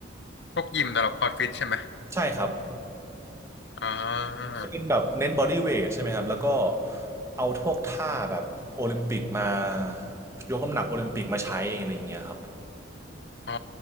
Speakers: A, on the left; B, on the right.
A: พวกยิมสำหรับคอร์สฟิตใช่ไหม
B: ใช่ครับ
A: อ่า
B: จะเป็นแบบเน้นบอดี้เวทใช่ไหมครับแล้วก็เอาพวกท่าแบบโอลิมปิกมายกน้ำหนักโอลิมปิกมาใช้อะไรอย่างเงี้ยครับ
A: อ๋อ